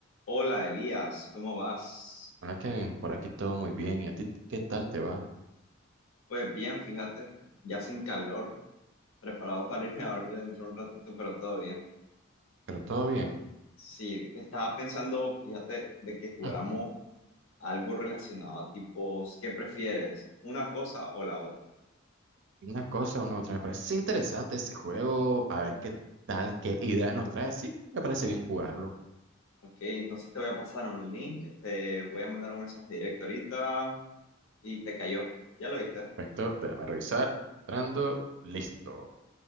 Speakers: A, on the left; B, on the right.
A: Hola Elías, ¿cómo vas?
B: Hola Kevin, por aquí todo muy bien. ¿Y a ti qué tal te va?
A: Pues bien, fíjate, ya sin calor, preparado para irme a dormir dentro de un ratito, pero todo bien.
B: Pero todo bien.
A: Sí, estaba pensando, fíjate, de que jugáramos
B: Ujú.
A: algo relacionado a tipos, ¿qué prefieres? ¿Una cosa o la otra?
B: Una cosa, una otra. Me parece interesante este juego. A ver qué tal, qué idea nos trae. Sí, me parece bien jugarlo.
A: Ok, entonces te voy a pasar un link, te voy a mandar un mensaje directo ahorita y te cayó. ¿Ya lo viste?
B: Perfecto, déjame revisar. Entrando, listo.